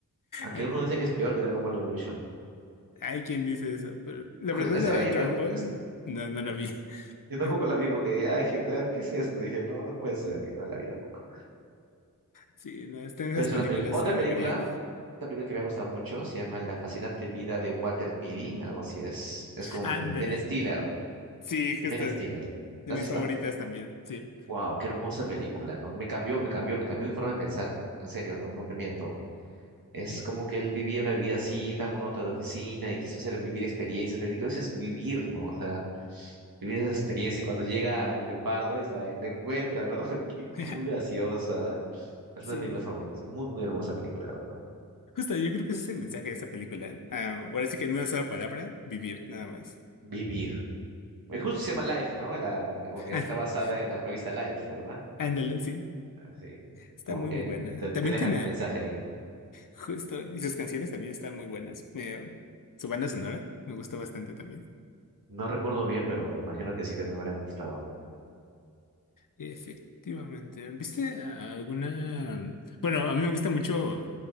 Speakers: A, on the right; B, on the left.
A: Aunque
B: En-
A: uno dice que es peor que Dragon Ball Evolution.
B: Hay quien dice eso, pero la
A: Pues,
B: verdad
A: estaba
B: la de
A: leyendo,
B: Dragon Ball
A: es-
B: no, no la vi.
A: yo tampoco
B: <laughs>
A: la vi porque dije, ay, gente, ah, ¿qué es esto? Dije, no, no puede ser, y no la vi tampoco.
B: Sí, no, está en esas
A: Pero son
B: películas
A: las películas. Otra
B: que no
A: película,
B: vería.
A: otra película que me ha gustado mucho, se llama La fascinante vida de Walter Mitty, algo así es. Es con
B: Ándale.
A: Ben Stiller.
B: Sí, justo,
A: Ben Stiller.
B: de
A: ¿La
B: mis
A: has visto?
B: favoritas también, sí.
A: Wow, qué hermosa película, ¿no? Me cambió, me cambió, me cambió mi forma de pensar. En serio, no, no te miento. Es
B: Ujú.
A: como que él vivía una vida así, tan monótona de oficina, y quiso hacer vivir experiencias, pero digo, eso es vivir, ¿no? O sea, vivir esa experiencia. Y cuando llega el leopardo, y está, lo encuentra, ¿no? <laughs> Que- que
B: <laughs>
A: Muy graciosa. o sea, es
B: Sí,
A: una película favorita, es muy, muy hermosa película, la verdad.
B: justo, yo creo que ese es el mensaje de esa película. Ah, ahora sí que en una sola palabra, vivir, nada más.
A: Vivir. Eh, Justo se llama Life, ¿no? La, porque
B: <laughs>
A: está basada en la revista Life, ¿verdad?
B: Ah, Ándale, sí.
A: Así,
B: Está
A: como
B: muy,
A: que
B: muy buena.
A: te, te
B: También
A: dejan
B: tiene,
A: el mensaje ahí.
B: justo, y sus canciones también están muy buenas. Me- su banda sonora me gustó bastante también.
A: No recuerdo bien, pero imagino que sí también me hubiera gustado.
B: Efectivamente. ¿Viste ah, alguna? Bueno, a mí me gustan mucho